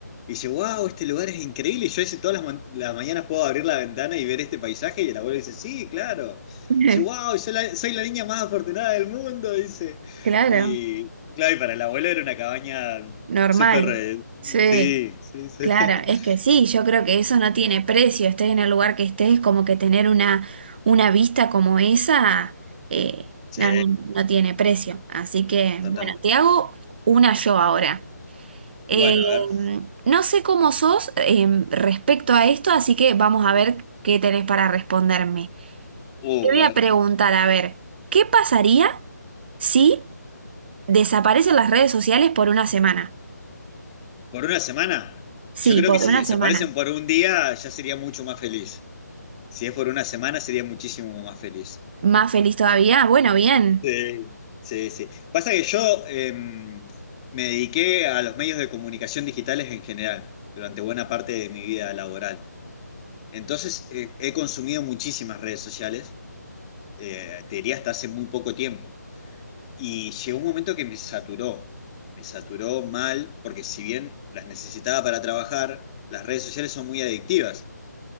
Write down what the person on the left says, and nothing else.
y dice, wow, este lugar es increíble, y yo dice, todas las, mon- las mañanas puedo abrir la ventana y ver este paisaje, y el abuelo dice, sí, claro.
Dice, wow,
soy la, soy la niña más afortunada del mundo, dice.
Y, Claro, y para el abuelo era una cabaña
súper. eh,
Sí, sí, sí.
<laughs>
Sí,
totalmente.
Bueno,
a ver.
Uh,
a
ver.
¿Por una semana?
Yo creo
que si
desaparecen
por un día, ya sería mucho más feliz. Si es por una semana, sería muchísimo más feliz.
Sí, sí, sí. Pasa que yo em, me dediqué a los medios de comunicación digitales en general durante buena parte de mi vida laboral. Entonces, eh, he consumido muchísimas redes sociales. eh, te diría hasta hace muy poco tiempo. Y llegó un momento que me saturó, me saturó mal, porque si bien las necesitaba para trabajar, las redes sociales son muy adictivas.